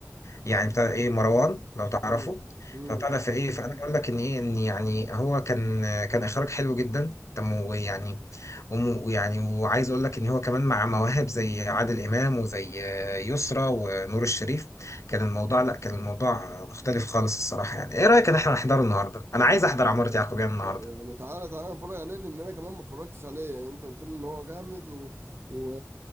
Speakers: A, on the left; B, on the right.
A: يعني بتاع ايه مروان لو تعرفه
B: مم. مم.
A: فبتاع ده فايه مم. فانا بقول لك ان ايه ان يعني هو كان كان اخراج حلو جدا تم ويعني وم- ويعني وعايز اقول لك ان هو كمان مع مواهب زي عادل امام وزي آه، يسرا ونور الشريف كان الموضوع لا كان الموضوع مختلف خالص الصراحه يعني ايه رايك ان احنا نحضره النهارده انا عايز احضر عمارة يعقوبيان النهارده
B: يعني تعالى تعالى نتفرج عليه لان انا كمان ما اتفرجتش عليه يعني انت قلت لي ان هو جامد و... و...